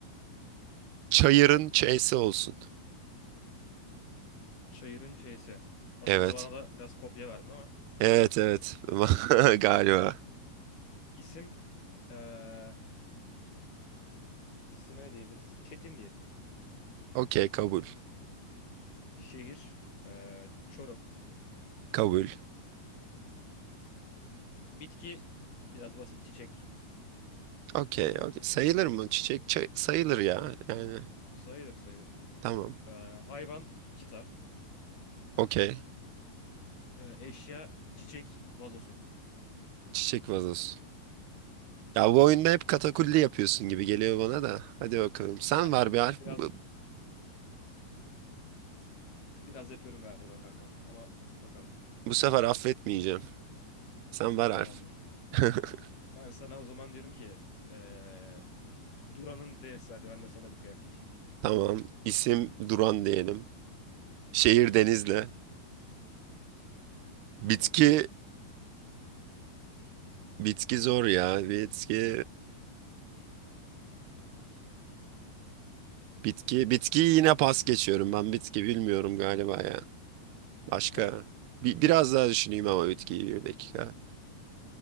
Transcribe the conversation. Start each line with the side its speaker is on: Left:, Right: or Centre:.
Right: çayırın ç'si olsun.
Left: Çayırın çeyisi. Aslında
Right: Evet.
Left: bana da biraz kopya verdin ama.
Right: Evet evet. <laughs> Galiba.
Left: İsim ee, isime ne diyebiliriz? Çetin diyelim.
Right: Okey kabul.
Left: Şehir ee, Çorum.
Right: Kabul.
Left: Bitki biraz basit. Çiçek.
Right: Okey okey. Sayılır mı? Çiçek çay- sayılır ya. Yani
Left: Sayılır sayılır.
Right: tamam.
Left: Ee, hayvan çita.
Right: Okey.
Left: Ee, eşya çiçek vazosu.
Right: Çiçek vazosu. Ya bu oyunda hep katakulli yapıyorsun gibi geliyor bana da. Hadi bakalım. Sen
Left: Ya
Right: ver
Left: <laughs>
Right: bir harf.
Left: biraz
Right: Bu,
Left: biraz yapıyorum galiba kanka ama bakalım.
Right: bu sefer affetmeyeceğim. Sen ver
Left: Tamamdır.
Right: harf. <laughs>
Left: Ben sana o zaman diyorum ki eee, Duran'ın D'si hadi ben de sana bir kıyak geçeyim.
Right: Tamam. İsim Duran diyelim. Şehir Denizli. Bitki
Left: Tamam.
Right: Bitki zor ya. Bitki Bitki, bitkiyi yine pas geçiyorum. Ben bitki bilmiyorum galiba ya. Başka
Left: <laughs>
Right: bir, biraz daha düşüneyim ama bitkiyi bir dakika.